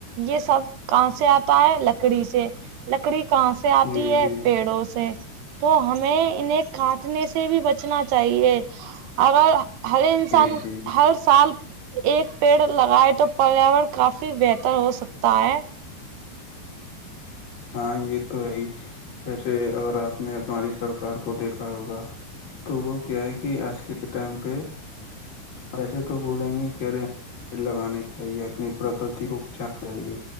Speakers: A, on the right; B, on the left.
A: یہ سب کہاں سے آتا ہے لکڑی سے لکڑی کہاں سے آتی
B: جی
A: ہے پیڑوں سے تو ہمیں انہیں کاٹنے سے بھی بچنا چاہیے اگر ہر انسان
B: جی جی جی
A: ہر سال ایک پیڑ لگائے تو پریاورن کافی بہتر ہو سکتا ہے
B: ہاں یہ تو ہے ہی جیسے اگر آپ نے ہماری سرکار کو دیکھا ہوگا تو وہ کیا ہے کہ آج کے ٹائم پہ ویسے تو بولیں گے کہ ارے پیڑ لگانے چاہیے اپنی پرکرتی کو بچانا چاہیے